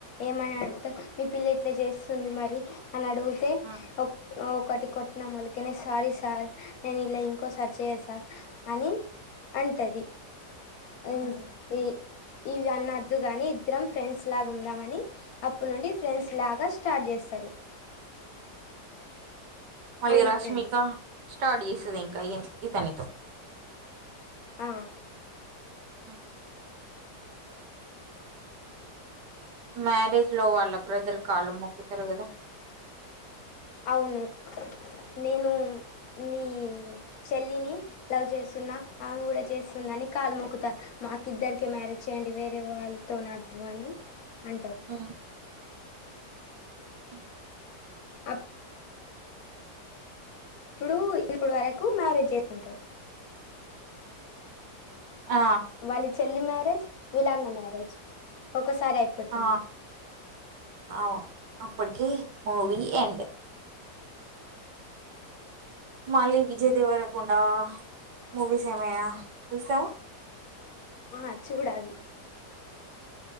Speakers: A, on the left; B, on the right.
A: ఏమని అడుతా మీ పిల్ల ఇట్లా చేస్తుంది మరి అని అడిగితే
B: హ్మ్.
A: ఒక్ ఒకటి కొట్టినా మళ్ళకినే సారీ సార్ నేను ఇలా ఇంకో సార్ చేయా హా అని అంటది
B: హ్మ్.
A: ఆ ఇ ఇవి అన్నద్దు గాని ఇద్దరం ఫ్రెండ్స్ లాగా ఉందామని అప్పడు నుండి ఫ్రెండ్స్ లాగా స్టార్ట్ చేస్ సరూ
B: మళ్ళీ
A: ఓన్లీ
B: రష్మిక
A: ఫ్రెండ్స్
B: స్టార్ట్ చేసది ఇంకా ఇతనితో
A: ఆ
B: హ్మ్. మ్యారేజ్ లో వాళ్ళ బ్రదర్ కాలు మొక్కుతారు కదా
A: అవును నేను మీ చెల్లిని లవ్ చేసు తున్న ఆమె కూడా చేస్తుందని కాలు మొక్కుతారు మాకు ఇద్దరికే మ్యారేజ్ చేయ్యడి వేరే వాళ్ళతో నా అని అంటారు
B: హ్మ్. హ్మ్.
A: అ ఇప్పుడు ఇప్పుడు వరకు మ్యారేజ్ చేసుకుంటారు
B: ఆ!
A: వాళ్ళి చెల్లి మ్యారేజ్ విలాన్న మ్యారేజ్ ఒకసారి అయిపోతుంది
B: ఆ! అవును. అప్పటికి మూవీ ఎండ్ మళ్ళీ విజయ్ దేవరకుండా మూవీస ఏమైనా చూస్తావా
A: ఆహా చూడాలి